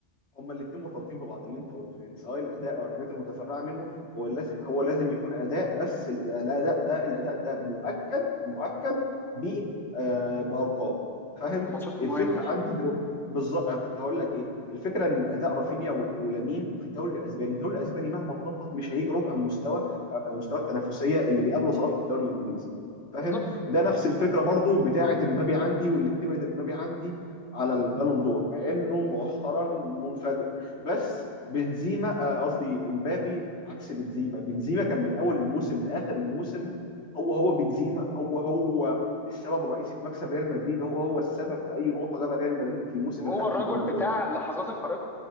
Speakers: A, on the left; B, in the centre.
A: هما الاثنين مرتبطين ببعض اللي انت قلته يعني سواء الاداء او الحاجات المتفرعه منه هو لازم هو لازم يكون اداء بس الاداء ده الاداء ده مؤكد مؤكد ب آه، بارقام فاهم
B: الماتشات المهمه
A: الفكره عندي دلوقتي بالظبط كنت هقول لك ايه الفكره ان اداء رافينيا و- ولامين في الدوري الاسباني الدوري الاسباني مهما تنطط مش هيجي ربع المستوى آه، مستوى التنافسيه اللي بيقابله صلاح في الدوري الانجليزي
B: بالظبط
A: فاهم ده نفس الفكره برضو بتاعه امبابي عندي واللي بتبعد امبابي عندي على البالون دور مع انه مؤخرا منفجر بس بنزيما آه، قصدي امبابي عكس بنزيما بنزيما كان من اول الموسم لاخر الموسم هو هو بنزيما هو هو السبب الرئيسي في مكسب ريال مدريد هو هو السبب في اي نقطه جابها ريال مدريد في الموسم
B: وهو
A: اللي خد
B: الرجل
A: فيه البالون
B: بتاع
A: دور
B: اللحظات الفارقه